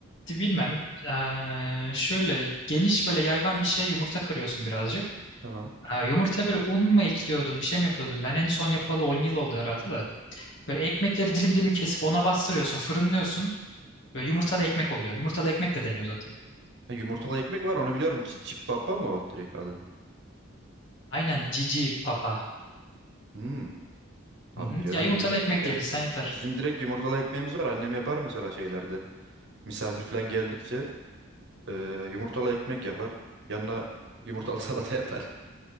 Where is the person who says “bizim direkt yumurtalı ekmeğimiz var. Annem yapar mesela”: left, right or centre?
Right